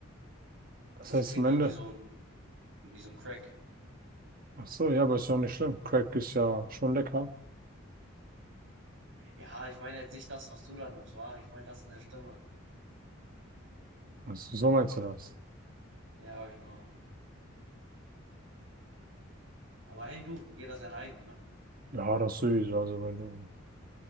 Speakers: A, on the right; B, on the right.
A: Das
B: Das
A: heißt,
B: klingt
A: im Ende,
B: dann wie so ein Wie so ein Crack.
A: ach so, ja, aber ist ja nicht schlimm. Crack ist ja schon lecker.
B: Ja, ich meine jetzt nicht das, was du da nimmst, war. Ich meine das in der Stimme.
A: Also, so meinst du das?
B: Ja, genau. Aber hey, du, jeder sein eigener, ne?
A: Ja, das sowieso. Also, wenn du,